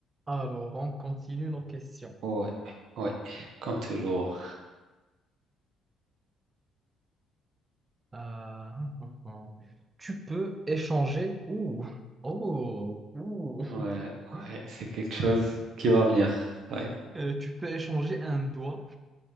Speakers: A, on the right; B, on the right.
A: Alors, on continue nos questions.
B: Ouais, ouais, comme toujours.
A: Euh, <laughs> tu peux échanger. Ouh, oh, ouh.
B: Ouais,
A: <laughs>
B: ouais, c'est quelque chose qui va venir. Ouais.
A: Euh, tu peux échanger un doigt,